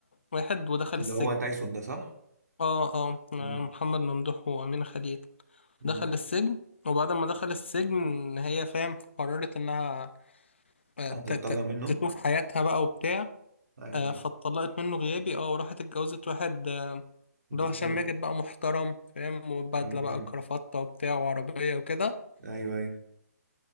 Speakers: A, on the left; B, on the right.
A: واحد ودخل
B: اللي
A: السجن
B: هو تايسون ده صح
A: اه اه آه،
B: امم
A: محمد ممدوح وأمينة خليل
B: امم
A: دخل السجن وبعد ما دخل السجن هي فاهم قررت انها آه،
B: هتطلع
A: ت- ت-
B: منه
A: تشوف حياتها بقى وبتاع
B: ايوه
A: آه،
B: ايوه
A: فاتطلقت منه غيابي اه وراحت اتجوزت واحد آه،
B: الدكتور
A: اللي هو هشام ماجد بقى محترم فاهم وبدلة
B: امم
A: بقى وكرافتة وبتاع وعربية وكده
B: ايوه ايوه